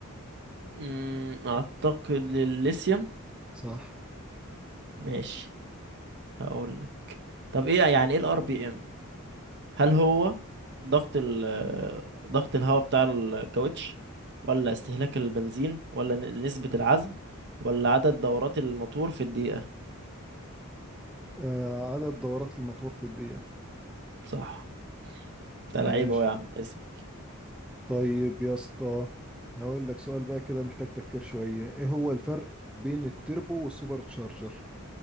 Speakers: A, on the right (about 50°); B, in the centre.
A: أمم، اعتقد الليثيوم
B: صح
A: ماشي هقول طب ايه يعني ايه الار بي ام هل هو ضغط ال ضغط الهواء بتاع الكاوتش ولا استهلاك البنزين ولا ن- نسبة العزم ولا عدد دورات الموتور في الدقيقة
B: آه عدد دورات الموتور في الدقيقة
A: صح انت
B: ماشي
A: لعيب اهو يا عم اسم
B: طيب يا اسطى هقول لك سؤال بقى كده محتاج تفكير شوية ايه هو الفرق بين التربو والسوبر تشارجر